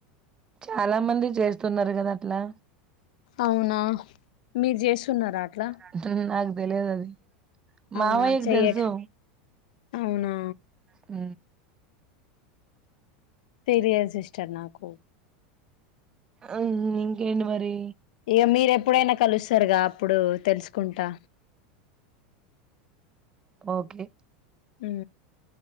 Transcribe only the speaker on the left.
అవునా మీరు చేస్తున్నారా అట్లా
అవునా
చెయ్యక
అవునా
తెలియదు సిస్టర్ నాకు
ఇక మీరు ఎప్పుడైనా కలుస్తారుగా అప్పుడు తెలుసుకుంటా
అ